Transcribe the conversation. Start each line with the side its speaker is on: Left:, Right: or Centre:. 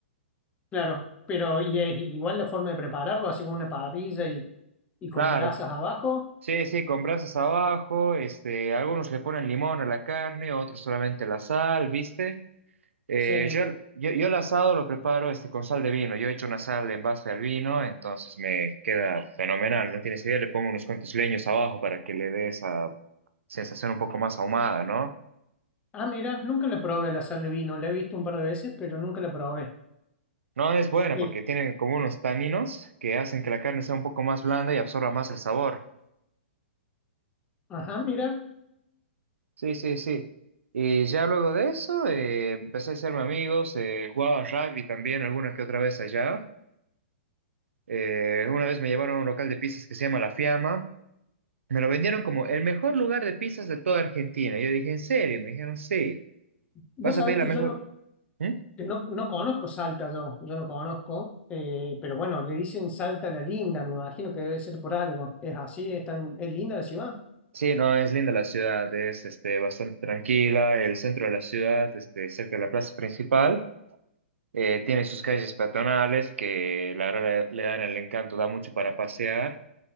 Left: Claro, pero y, eh, igual la forma de prepararlo, así con una parrilla y, y con
Right: Claro,
Left: brasas abajo.
Right: Sí, sí, con brasas abajo, este, algunos le ponen limón a la carne, otros solamente la sal, ¿viste? Eh,
Left: Sí.
Right: yo, yo, yo el asado lo preparo este, con sal de vino, yo he hecho una sal en base al vino, entonces me queda fenomenal, no tienes idea, le pongo unos cuantos leños abajo para que le dé esa sensación un poco más ahumada, ¿no?
Left: Ah, mira, nunca le probé la sal de vino. La he visto un par de veces, pero nunca la probé.
Right: No es buena
Left: Eh,
Right: porque tiene como unos taninos que hacen que la carne sea un poco más blanda y absorba más el sabor.
Left: ajá, mira.
Right: Sí, sí, sí. Y ya luego de eso eh, empecé a hacerme amigos, eh, jugaba rugby también alguna que otra vez allá. Eh, una vez me llevaron a un local de pizzas que se llama La Fiamma. Me lo vendieron como el mejor lugar de pizzas de toda Argentina. Yo dije, ¿en serio? Me dijeron, sí,
Left: Vos
Right: vas
Left: sabés
Right: a pedir
Left: que
Right: la mejor.
Left: yo no
Right: ¿Mm?
Left: que No, no conozco Salta yo, yo no conozco, eh, pero bueno, le dicen Salta la Linda, me imagino que debe ser por algo. Es así, es tan, es linda la ciudad.
Right: Sí, no, es linda la ciudad, es este, bastante tranquila, el centro de la ciudad, este, cerca de la plaza principal. Eh, tiene sus calles peatonales que la verdad le le dan el encanto, da mucho para pasear.